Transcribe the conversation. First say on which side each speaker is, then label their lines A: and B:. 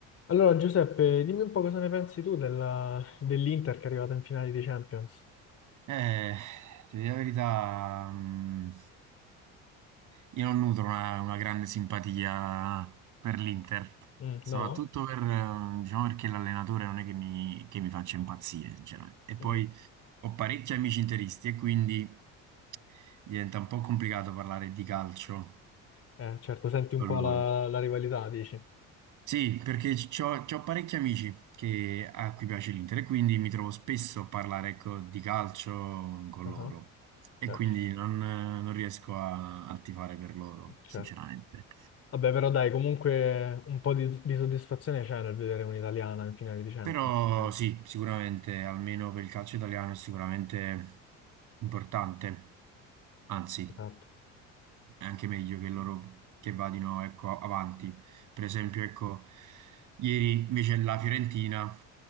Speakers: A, on the left; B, on the right.
A: Allora, Giuseppe, dimmi un po' cosa ne pensi tu della- dell'Inter che è arrivata in finale di Champions.
B: Eh, ti dico la verità, mm, io non nutro una, una grande simpatia per l'Inter,
A: Mm,
B: soprattutto
A: no?
B: per, eh, diciamo perché l'allenatore non è che mi, che mi faccia impazzire, sinceramente. E poi
A: Mm.
B: ho parecchi amici interisti e quindi diventa un po' complicato parlare di calcio
A: Eh, certo, senti un
B: con
A: po'
B: loro.
A: la, la rivalità, dici.
B: Sì, perché c'ho, c'ho parecchi amici che, a cui piace l'Inter e quindi mi trovo spesso a parlare, ecco, di calcio con
A: Ah,
B: loro e
A: certo,
B: quindi non, non riesco a, a tifare per loro,
A: certo.
B: sinceramente.
A: Vabbè, però dai, comunque un po' di, di soddisfazione c'è nel vedere un'italiana in finale di Champions.
B: Però
A: Eh,
B: sì, sicuramente, almeno per il calcio italiano è sicuramente importante, anzi,
A: Esatto.
B: è anche meglio che loro che vadino, ecco, avanti. Per esempio, ecco, ieri invece la Fiorentina.